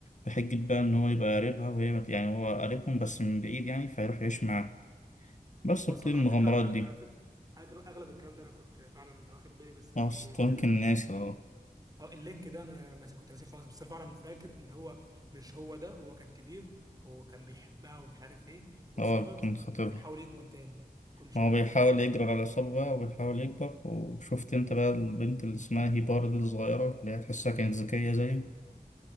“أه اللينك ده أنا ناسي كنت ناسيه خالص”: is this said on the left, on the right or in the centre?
Right